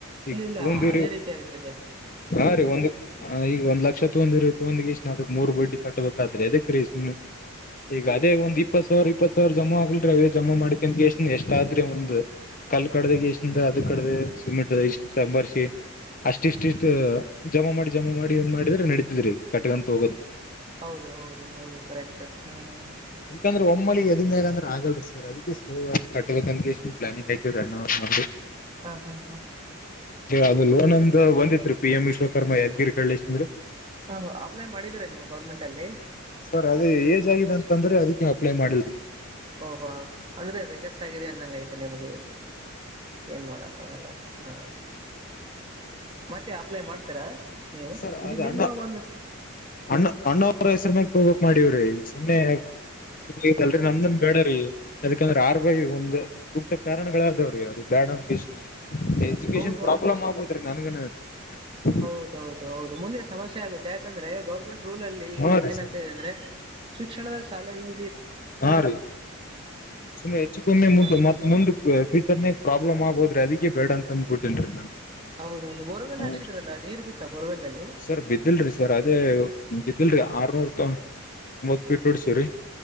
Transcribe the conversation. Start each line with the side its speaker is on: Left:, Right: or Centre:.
Left: ಈಗ
Right: ಇಲ್ಲ ಇಲ್ಲ
Left: ಒಂದು
Right: ಅದೇ ರೀತಿ ಆಗ್ತದೆ
Left: ಹಾ ರೀ ಒಂದು ಈಗ ಒಂದ್ ಲಕ್ಷ ತೊಂದಿರ ತಂದಿ ಇಷ್ಟ್ಣ ಅದಕ್ ಮೂರು ಬಡ್ಡಿ ಕಟ್ಬೇಕಾದ್ರೆ ಅದಕ್ಕೆ ರೀ ಸುಮ್ಮ ಈಗ ಅದೇ ಒಂದ್ ಇಪ್ಪತ್ ಸಾವಿರ ಇಪ್ಪತ್ ಸಾವಿರ ಜಮಾ ಆಗ್ಲ್ರಿ ಅದೇ ಜಮಾ ಮಾಡಕಂತ ಎಷ್ಟ ಎಷ್ಟ ಆದ್ರೆ ಒಂದು ಕಲ್ ಕಡ್ದ ಗಷ್ಟಿಂದ ಅದ ಕಡ್ದ ಸಿಮೆಂಟ್ ಇಷ್ಟಂಬಾರಸಿ ಅಷ್ಟ ಇಷ್ಟ ಇಷ್ಟ ಜಮಾ ಮಾಡಿ ಜಮಾ ಮಾಡಿ ಮಾಡಿದ್ರೆ ನಡತಿದ್ರಿ ಕಟ್ಟಗಂತ ಹೋಗೋದ್
Right: ಹೌದು ಹೌದು ಹೌದು ಕರೆಕ್ಟ್ ಹ್ಮ್
Left: <unintelligible> ಒಮ್ಮಳ <unintelligible> ಅಂದ್ರೆ ಆಗಲ್ರಿ ಸರ್ ಅದಕ್ಕೆ ಸ್ಲೋ ಆಗ ಕಟ್ಟಬೇಕನ್ ಪ್ಲಾನಿ್ ಆಯಐವರಿ ಎಣೂರು ಮಿ
Right: ಹಾಂ ಹಾ ಹಾ
Left: ಅದು ಲೋನ್ ಅಂದ ಒಂದಿದ್ರು ಪಿ ಎಂ ವಿಶ್ವಕರ್ಮ ಯದ್ಗಿರಿ ಕಳ್ಳೇಶ ಅಂದ್ರರು
Right: ಹ ಅಪ್ಲೈ ಮಾಡಿದೀರಾ ನೀವು ಗೌರ್ಮೆಂಟ್ ಅಲ್ಲಿ
Left: ಸರ್ ಅದ ಏಜ್ ಆಗಿದೆ ಅಂತಂದ್ರೆ ಅದಿವು ಅಪ್ಲೈ ಮಾಡಿಲ್ರಿ ಸರ್
Right: ಓಹೋ ಅಂದ್ರೆ ರಿಜೆಕ್ಟ್ ಆಗಿದೆ ಅಂದಂಗ ಐತೆನೆಮ್ದು ಏನ್ ಮಾಡಕ್ಕ ಆಗಲ್ಲ ಹಾ ಮತ್ತೆ ಅಪ್ಲೈ ಮಾಡ್ತೀರಾ ನೀವು
Left: ಸರಿ
Right: ಇದು
Left: ಅ
Right: ನಿಮ್ಮ
Left: ಅಣ
Right: ಒಂದು
Left: ಅಣ್ಣ ಅಣ್ಣವರ ಹೆಸರು ಮಾಗ ತಬೇಕ ಮಾಡೀವ್ರಿ ಸುಮ್ಮನೆ ಈಗಲ್ರಿ ನಂದನ್ ಬೇಡ್ರೀ ಅದಕಂದ್ರ ಆರ್ಗೈ ಒಂದು ಸೂಕ್ತ ಕಾರಣಗಳಾದದಾವ್ರೀ ಅದು ಬ್ಯಾಡ ಅಂತ ಕೇಸಿ ಎಜುಕೇಶನ್
Right: ಹೌದು
Left: ಪ್ರಾಬ್ಲಮ್
Right: ಹೌದು
Left: ಆಗ್ಬೋದ್ರಿ ನನ್ಗನು <unintelligible>
Right: ಹೌದು ಹೌದು ಹೌದು ಮುಂದೆ ಸಮಸ್ಯೆ ಆಗುತ್ತೆ ಯಾಕಂದ್ರೆ ಗೌರ್ಮೆಂಟ್ ರೂಲ್ ಅಲ್ಲಿ
Left: ಹಾ ರೀ
Right: ಏನಾಗ್ತದೆ
Left: ಸರ್
Right: ಅಂದ್ರೆ ಶಿಕ್ಷಣದ ಸಾಲ ಇ
Left: ಹ ರೀ <unintelligible> ಸುಮ್ ಹೆಚ್ಚು ಕಮ್ಮೆ
Right: ಹಾ
Left: ಮು ಮತ್ತೆ ಮುಂದ್ ಸರ್ ನೀಗ್ ಪ್ರಾಬ್ಲಮ್ಗೋದ್ರೀ ಅದಕ್ಕೆ ಬೇಡ ಅಂತ ಬಿಟ್ಟೇನ್ ರೀ ನಾನ್
Right: ಹೌದೌದು
Left: <unintelligible>
Right: ಬೋರ್ವೆಲ್
Left: ಹ <unintelligible>
Right: ಹಾಕ್ಸಿದ್ರಲ್ಲ ನೀರು ಬಿತ್ತ ಬೋರ್ವೆಲ್ದಲ್ಲಿ
Left: ಸರ್ ಬಿದ್ದಲ್ರಿ ಸರ್ ಅದೇ ಬ ಇಲ್ರರಿ ಆರ್ನೂರ್ ತ ಮೂವತ್ ಫೀಟ್ ಒಡಸವ್ರೀ